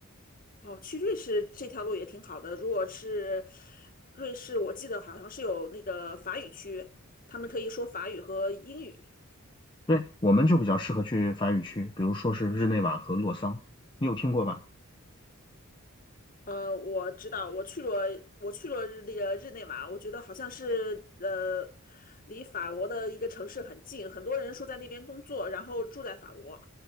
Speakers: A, on the left; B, on the left.
A: 哦，去瑞士这条路也挺好的。如果是瑞士，我记得好像是有那个法语区，他们可以说法语和英语。
B: 对，我们就比较适合去法语区，比如说是日内瓦和洛桑，你有听过吧？
A: 呃，我知道，我去了，我去了日那个日内瓦，我觉得好像是呃，离法国的一个城市很近，很多人说在那边工作，然后住在法国。